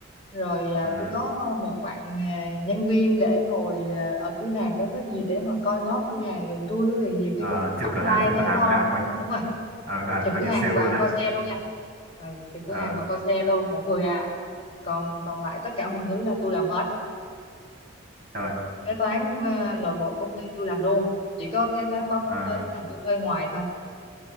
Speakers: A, on the left; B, on the right.
A: rồi ờ,
B: Ừm,
A: tôi có một bạn ờ, nhân viên để ngồi ờ, ở cửa hàng đó có gì để mà coi ngó cửa hàng giùm tôi á, thì nhiều
B: ờ,
A: khi có khách
B: trực
A: vãng
B: cửa hàng,
A: lai
B: trông cửa
A: tới
B: hàng
A: đo
B: với cả
A: đó,
B: coi như,
A: đúng rồi,
B: à, với cả
A: trực
B: coi
A: cửa
B: như
A: hàng
B: sale luôn
A: và
B: đấy.
A: coi xe luôn nha, ừ, trực cửa
B: Ờ,
A: hàng và coi xe luôn một người à, còn còn lại tất cả mọi thứ là tôi làm hết,
B: trời.
A: kế toán ờ, nội bộ công ty tôi làm luôn, chỉ có kế toán báo cáo
B: Ờ
A: thuế là tôi thuê ngoài thôi,